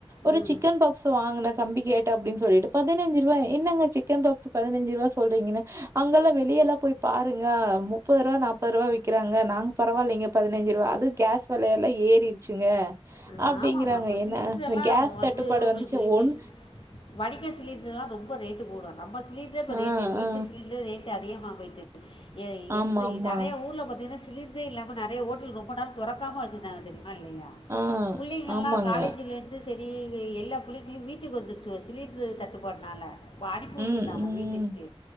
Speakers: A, on the left (about 60°); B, on the right (about 30°).
A: ம்
B: ஒரு சிக்கன் பப்ஸ் வாங்கினத் தம்பி கேட்டாப்படினு சொல்லிட்டு பதினஞ்சு ரூவா என்னங்க சிக்கன் பாப்ஸ் பதினஞ்சு ரூவா சொல்றீங்குன்னு அங்கெல்லா வெளிய எல்லா போய் பாருங்க முப்பது ரூபா நாப்பது ரூபா விக்கிறங்க நாங்க பரவாயில்லைங்க பதினைஞ்சு ரூபா அதுக் கேஸ் வெலய எல்லா ஏறிடுச்சுங்க
A: ம்,
B: அப்படிங்கறாங்க
A: ஆமாம்மா இப்போ
B: என்ன
A: சிலிண்டர்லாம்
B: அந்த கேஸ்
A: வந்து
B: தட்டுப்பாடு
A: உங்களுக்கு
B: வந்துச்சு
A: இப்படி
B: ஒன்
A: வடிக்க சிலிண்டர்லா ரொம்ப ரேட்டு கூடு நம்ம சிலிண்ட்ரே இப்ப
B: ஆ
A: ரேட்டு வீட்டு
B: ஆ
A: சிலிண்டரே ரேட்டு் அதிகமாக போயிட்டு எ
B: ஆமா
A: எந்தை
B: ஆமா
A: நறைய ஊர்ல பாத்தீங்கன்னா சிலிண் அது இல்லாம நெறைய ஓட்டல் ரொம்ப நேரோ தொரக்காம வெச்சிருந்தாங்க தெரியுமா இல்லையா
B: ஆ
A: புள்ளைங்கெல்லா
B: ஆமாங்க
A: காலேஜ்ல இருந் ந்து செரி எல்லா புள்ளைகளயு வீட்டுக் வந்துருச்சுகோ சிலீன்ட்ரு தட்டு பாட்னால <unintelligible>
B: ம் ம்
A: வீட்டுக்கு